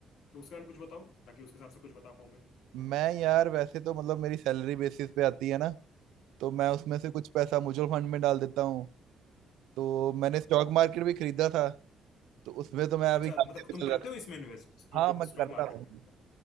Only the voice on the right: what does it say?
मैं यार वैसे तो मतलब मेरी सैलरी बेसिस पे आती है ना तो मैं उसमें
से
कुछ पैसा म्यूचुअल फंड में डाल देता हूँ तो मैंने
स्टॉक मार्केट भी खरीदा था तो उसमें तो मैं अभी
घाटे
पे
चल रहा
था
हाँ मैं
करता
हूँ